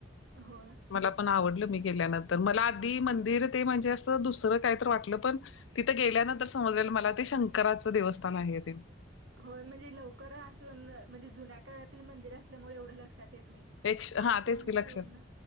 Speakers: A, on the right (about 80°); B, on the left (about 80°).
A: होय
B: मला पण आवडलं मी गेल्यानंतर, मला आधी मंदिर ते म्हणजे असं दुसरं काही तर वाटलं पण तिथं गेल्यानंतर समजलेलं मला ते शंकराचं देवस्थान आहे तेनं.
A: होय... म्हणजे लवकर असून म्हणजे... जुन्या काळातील मंदिर असल्यामुळे... एवढं लक्षात येत नाई.
B: एक हा
A: आज जाऊन
B: तेच की लक्षात
A: पूर्ण